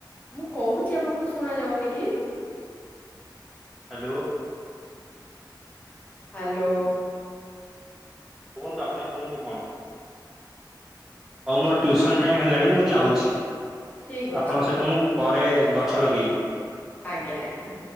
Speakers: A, on the left (about 20°); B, in the centre.
A: ମୁଁ କହୁଛି ଆପଣଙ୍କୁ ଶୁଣା ଯାଉନି କି?
B: ହ୍ୟାଲୋ।
A: ହ୍ୟାଲୋ।
B: କୁହନ୍ତୁ ଆପଣ କୁହନ୍ତୁ କଣ। ହଉ ମୋର ଟ୍ୟୁସନ ଟାଇମ୍ ହେଲାଣି ଯାଉଛି।
A: ଠିକ ଅଛି
B: ଆପଣଙ୍କ ସହିତ ମୁଁ ପରେ ଗଛ ଲଗେଇବି।
A: ଆଜ୍ଞା ଆଜ୍ଞା।